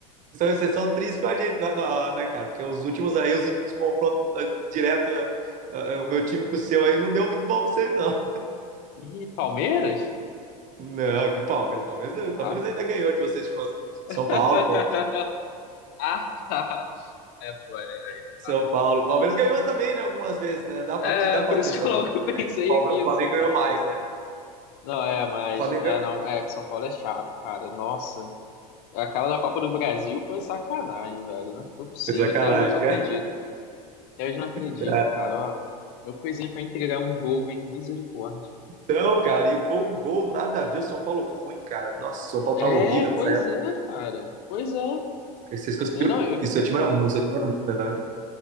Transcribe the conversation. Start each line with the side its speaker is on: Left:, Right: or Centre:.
Right: são, vocês são tristes com a gente, não, não, né, cara? Porque os últimos aí, os últimos confrontos eh, direto, eh, eh, o meu time com o seu aí não deu muito bom pra vocês, não.
Left: Ih, Palmeiras?
Right: Não, que Palmeiras, Palmeiras, não,
Left: Ah.
Right: Palmeiras ainda ganhou de vocês. com
Left: <laughs>
Right: São Paulo, pô.
Left: Ah, tá. É, pô, é, aí não dá.
Right: São Paulo. Palmeiras ganhou também, né, algumas vezes, né? Dá
Left: É,
Right: pra, te, dá pra
Left: por isso
Right: ter essa
Left: que eu
Right: dúvida
Left: logo <laughs>
Right: também.
Left: pensei
Right: O
Left: que
Right: Flamengo
Left: assim, eu falei,
Right: ganhou mais,
Left: pô.
Right: né?
Left: Não, é, mas,
Right: O Flamengo
Left: é,
Right: ganhou.
Left: não, é, que São Paulo é chato, cara. Nossa, aquela da Copa do Brasil foi sacanagem, velho. Não foi possível,
Right: Sacanagem,
Left: até hoje não acredito. Até hoje não acredito,
Right: Cara,
Left: cara, ó. Meu coisinha pra entregar um jogo, hein, misericórdia.
Right: Então, cara, e foi um gol nada a ver. O São Paulo ruim, cara. Nossa, o São Paulo
Left: É,
Right: tava horrível
Left: pois
Right: nessa época.
Left: é, cara. Pois é.
Right: Vocês conseguiram.
Left: Eu, não, eu fiquei,
Right: E seu time
Left: pô.
Right: era muito, seu time era muito melhor. hein?